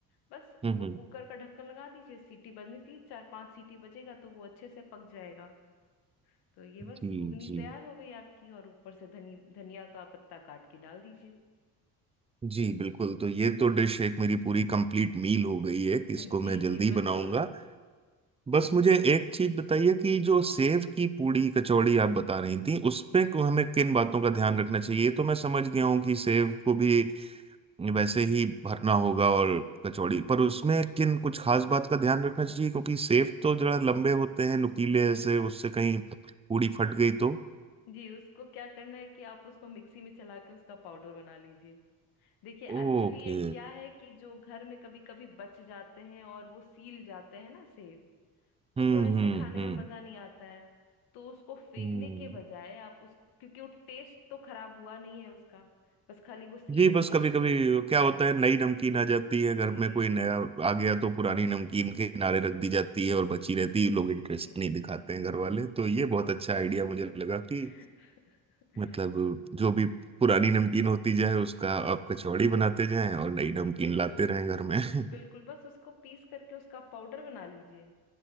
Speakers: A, on the left; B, on the right.
A: बस उसको
B: हम्म हम्म,
A: कुकर का ढक्कन लगा दीजिए सीटी बजनी थी चार पांच सीटी बजेगा तो वो अच्छे से पक जाएगा तो ये बस
B: जी
A: घुगनी
B: जी
A: तैयार हो गई आपकी और ऊपर से धनी धनिया का पत्ता काट के डाल दीजिए
B: जी बिल्कुल तो ये तो
A: जी
B: डिश एक मेरी पूरी कंप्लीट मील हो गई है
A: <laughs>
B: इसको
A: जी
B: मैं जल्दी
A: जी बिल्कुल
B: बनाऊंगा बस मुझे एक चीज बताइए कि जो सेव की पूड़ी कचौड़ी आप बता रही थी उसमें
A: जी
B: को हमें किन बातों का ध्यान रखना चाहिए ये तो मैं समझ गया हूँ कि सेव को भी वैसे
A: जी
B: ही भरना होगा और कचौड़ी पर उसमें किन कुछ खास बात का ध्यान रखना चाहिए क्योंकि सेव तो जरा लंबे होते हैं नुकीले
A: जी
B: ऐसे उससे कहीं पूड़ी
A: <laughs>
B: फट गई तो
A: जी उसको क्या करना है कि आप उसको मिक्सी में चला के उसका पाउडर बना लीजिए देखिए
B: ओके
A: एक्चुअली ये क्या है कि जो घर में कभी कभी बच जाते हैं और वो सील जाते हैं ना सेब तो
B: हम्म
A: वो ऐसे
B: हम्म
A: खाने
B: हम्म
A: में मजा नहीं आता है तो उसको फेंकने
B: हम्म
A: के बजाय आप उस क्योंकि वो टेस्ट तो खराब हुआ नहीं है उसका बस खाली वो सील
B: जी बस
A: गया
B: कभी
A: है
B: कभी
A: जी
B: क्या होता है नई नमकीन आ जाती है घर
A: जी
B: में कोई नया आ गया तो
A: जी
B: पुरानी नमकीन के किनारे रख दी जाती है और बची रहती है लोग इंटरेस्ट
A: जी
B: नहीं दिखाते हैं घर वाले तो ये बहुत अच्छा आइडिया
A: <laughs>
B: मुझे लगा कि मतलब जो भी पुरानी नमकीन होती जाए उसका आप कचौड़ी बनाते जाएं और नई नमकीन
A: बिल्कुल
B: लाते रहें घर में <laughs>
A: बिल्कुल बस उसको पीस करके उसका पाउडर बना लीजिए